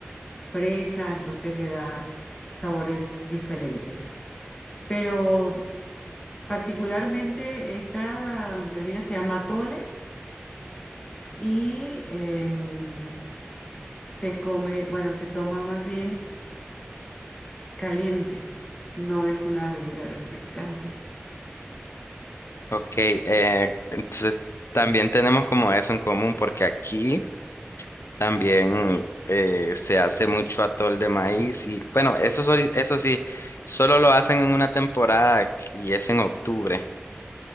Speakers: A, on the left; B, on the left.
A: fresa, entonces le da sabores diferentes. pero particularmente esta bebida se llama tole y em, se come, bueno, se toma más bien caliente, no es una bebida refrescante.
B: Ok, eh, entonces también tenemos como eso en común, porque aquí también eh, se hace mucho atol de maíz y bueno, eso, soli- eso sí, solo lo hacen en una temporada y es en octubre.